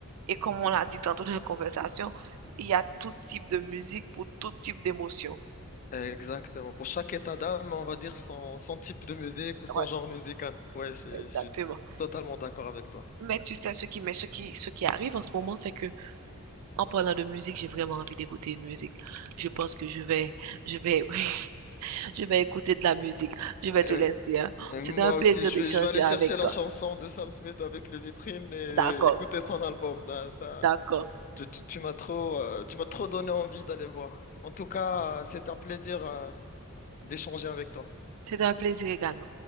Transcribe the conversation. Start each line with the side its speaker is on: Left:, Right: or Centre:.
Right: et comme on
Left: ouais.
Right: l'a dit tantôt dans la conversation, il y a tout type de musique pour tout type d'émotion.
Left: Exactement. Pour chaque état d'âme, on va dire son, son type de musique ou son
Right: Ouais,
Left: genre musical. Ouais, je,
Right: exactement.
Left: je suis totalement d'accord avec toi.
Right: Mais tu sais, ce qui, mais ce qui, ce qui arrive en ce moment, c'est que en parlant de musique, j'ai vraiment envie d'écouter une musique. Je pense que je vais, je vais, <laughs> je vais écouter de la musique. Je vais
Left: Euh,
Right: te laisser, hein.
Left: Et
Right: C'était
Left: Moi
Right: un plaisir
Left: aussi, je
Right: d'échanger
Left: vais, je vais aller chercher
Right: avec
Left: la
Right: toi.
Left: chanson de Sam Smith avec les vitrines et
Right: D'accord,
Left: écouter son album. Ben, Ça,
Right: d'accord.
Left: tu, tu- tu m'as trop, euh, tu m'as trop donné envie d'aller voir. En tout cas, euh, c'est un plaisir, euh, d'échanger avec toi.
Right: C'était un plaisir également.